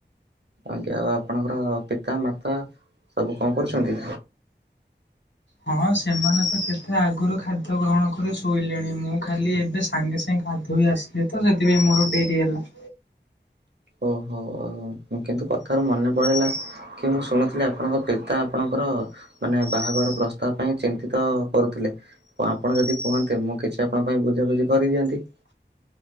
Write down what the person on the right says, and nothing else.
ଆଜ୍ଞା। ଆଉ ଆପଣଙ୍କର ପିତା ମାତା ସବୁ କଣ କରୁଛନ୍ତି?
ଓହୋ କିନ୍ତୁ କଥାରୁ ମନେ ପଡିଇଲା, କି ମୁଁ ଶୁଣୁଥିଲି ଆପଣଙ୍କ ପିତା ଆପଣଙ୍କର ମାନେ ବାହାଘର ପ୍ରସ୍ତାବ ପାଇଁ ଚିନ୍ତିତ କରୁଥିଲେ। ଆପଣ ଯଦି କୁହନ୍ତେ, ମୁଁ କିଛି ଆପଣଙ୍କ ପାଇଁ ବୁଝାବୁଝି କରିଦିଅନ୍ତି।